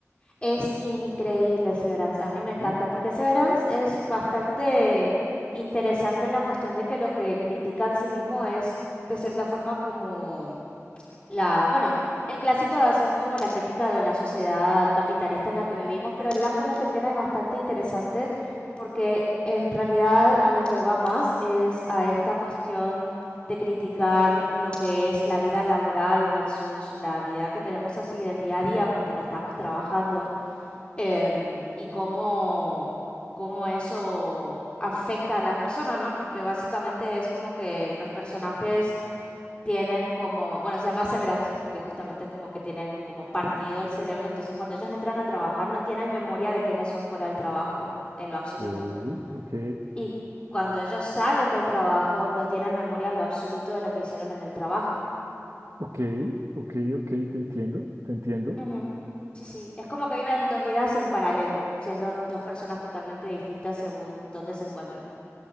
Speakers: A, on the left (about 20°); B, on the right (about 80°).
A: Es increíble Severance, a mí me encanta,
B: Sí,
A: porque Severance es bastante interesante en la cuestión de que lo que critica en sí mismo es de cierta forma como La, bueno, el clásico de hacer como la crítica de la sociedad capitalista en la que vivimos, pero el ángulo que tiene es bastante interesante porque en realidad a lo que va más es a esta cuestión de criticar lo que es la vida laboral versus la vida que tenemos así del día a día cuando no estamos trabajando em, y cómo, cómo eso afecta a la persona, ¿no? Porque básicamente es como que los personajes tienen como, bueno, se llama severance porque justamente es como que tienen como partido el cerebro, entonces cuando ellos entran a trabajar no tienen memoria de quiénes son fuera del trabajo, en lo absoluto.
B: eh, Ok,
A: Y cuando ellos salen del trabajo no tienen memoria en lo absoluto de lo que hicieron en el trabajo.
B: ok, ok, ok, te entiendo, te entiendo.
A: Ujú. Sí, sí, es como que viven dos vidas en paralelo, siendo dos personas totalmente distintas según dónde se encuentran.